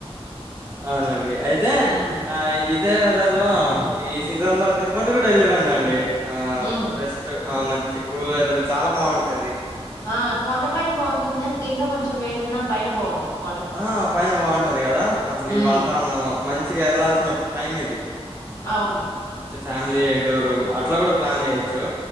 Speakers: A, on the right; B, on the left.
A: అవునండి అయితే
B: హ్మ్.
A: ఆ ఇదేద లో ఈ సీజన్ లో తిరుపతి కూడా వెళ్ళి రండి అండి ఆ
B: హ్మ్.
A: బెస్ట్ ఆ మంచి కూల్ వెదర్ చాలా బాగుంటాది
B: ఆ కొండ పైన బాగుంటుంది కాని కింద కొంచెం వేడున్న పైన బాగుంటుంది
A: ఆ పైన బాగుంటది కదా అసలు
B: హ్మ్.
A: ఈ వాతావరణం మంచిగా వెళ్లాల్సిన టైం ఇది
B: అవును.
A: మంచి ఫ్యామిలీ టూర్ అట్లా కూడా ప్లాన్ అయొచ్చు